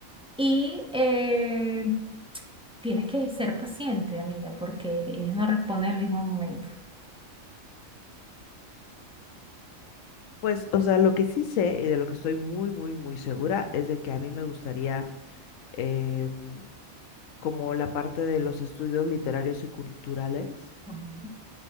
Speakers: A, in the centre; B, on the left (about 70°).
A: Y eh, tienes que ser paciente, amiga, porque ellos no responden en el mismo momento.
B: Pues, o sea, lo que sí sé y de lo que estoy muy, muy, muy segura es de que a mí me gustaría em, como la parte de los estudios literarios y culturales.
A: Ujú.